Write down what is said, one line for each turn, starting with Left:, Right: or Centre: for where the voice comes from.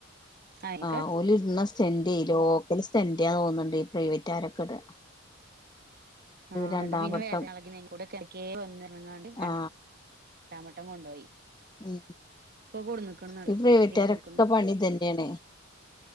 Right: അയിക്ക
Left: ആ ഓല ഇര് സെന്റ് ചെയ സെന്റ് ചെയ്യാൻ തോന്നുന്നുണ്ട് ഈ പ്രൈവറ്റ് ആരൊക്കെ ഇട
Right: ആഹ് എന്നിട്ട്
Left: രണ്ടാം
Right: പിന്നെ
Left: വട്ടം
Right: വേദനളകിൻ കൂടെ കിക്ക വന്നിറങ്ങാണ്ട് രണ്ട്
Left: ആ
Right: രണ്ടാമട്ടം കൊണ്ടുപോയി
Left: ഉ
Right: കൊടുന്ന്ക്ക്ണ്ന്നറിയ
Left: ഈ പ്രൈവറ്റാരൊക്കെ
Right: കൊടുക്ക്ണ്
Left: പണി ഇതെന്നെയാണ്